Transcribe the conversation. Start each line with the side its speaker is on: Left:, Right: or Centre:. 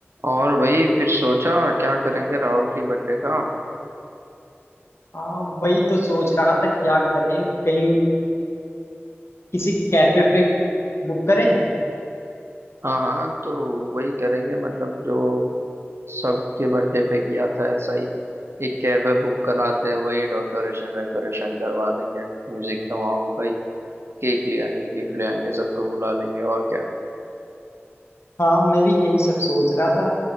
Right: और वही फिर सोचा क्या करेंगे राहुल की बर्थडे का
Left: हाँ वही तो सोच रहा था क्या करें कहीं किसी कैफे पे बुक करें
Right: हाँ हाँ तो वही करेंगे मतलब जो सबके बर्थडे पे किया था ऐसा ही एक कैफे बुक कराते वही डेकोरेशन वेकोरेशन करवा देंगे म्यूजिक तो वहाँ होगा ही केक ले आएंगे गिफ्ट ले आएंगे सबको बुला लेंगे और क्या
Left: हाँ मैं भी यही सब सोच रहा था